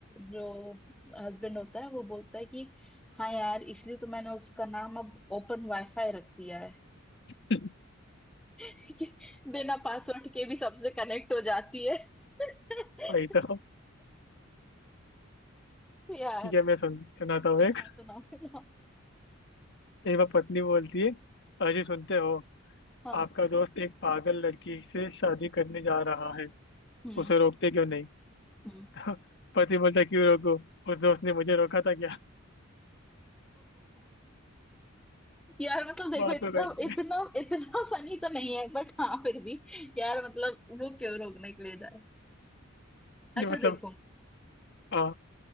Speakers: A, in the centre; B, on the left (about 55°).
A: जो हस्बैंड होता है वो बोलता है कि हाँ यार इसलिए तो मैंने उसका नाम अब ओपन वाईफाई रख दिया है
B: <laughs>
A: <laughs> कि बिना पासवर्ड के भी सबसे कनेक्ट हो जाती है <laughs>
B: वही तो
A: यार
B: ठीक है मैं सुन सुनाता हूँ
A: सुनाओ
B: एक
A: सुनाओ सुनाओ
B: एक बार पत्नी बोलती है अजी सुनते हो
A: हाँ
B: आपका दोस्त एक पागल लड़की से शादी करने जा रहा है
A: हम्म
B: उसे रोकते क्यों नहीं
A: हम्म
B: <laughs> पति बोलता क्यों रोको उस दोस्त ने मुझे रोका था क्या
A: यार
B: <laughs>
A: मतलब देखो
B: बात
A: इतना
B: हो रही
A: इतना
B: है
A: इतना फनी तो नहीं है बट हाँ फिर भी यार मतलब वो क्यों रोकने के लिए जाए
B: <laughs>
A: अच्छा
B: नहीं मतलब
A: देखो
B: हाँ